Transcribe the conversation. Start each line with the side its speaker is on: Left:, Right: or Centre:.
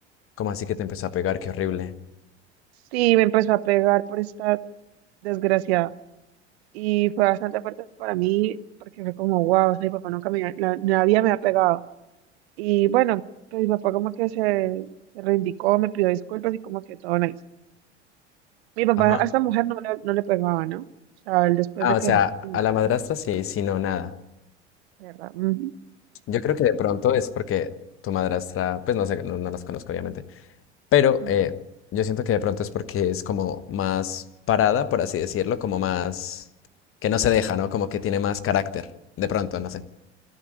Left: ¿Cómo así que te empezó a pegar? Qué horrible.
Right: Sí, me empezó a pegar por esta desgraciada. Y fue bastante fuerte para mí, porque fue como, wow, o sea, mi papá nunca me, la- nadie me ha pegado. Y bueno, pues mi papá como que se, se reivindicó, me pidió disculpas y como que todo nice. Mi papá
Left: Ajá.
Right: a esta mujer no le, no le pegaba, ¿no? O sea, él después
Left: Ah,
Right: de
Left: o
Right: que
Left: sea,
Right: dejó conmigo,
Left: a la madrastra sí, sí, no, nada.
Right: ¿verdad? Ujú,
Left: Yo creo que de pronto es porque tu madrastra, pues no sé, no, no las conozco obviamente, pero
Right: ujú.
Left: eh, yo siento que de pronto es porque es como más parada, por así decirlo, como más que no se deja, ¿no? Como que tiene más carácter, de pronto, no sé.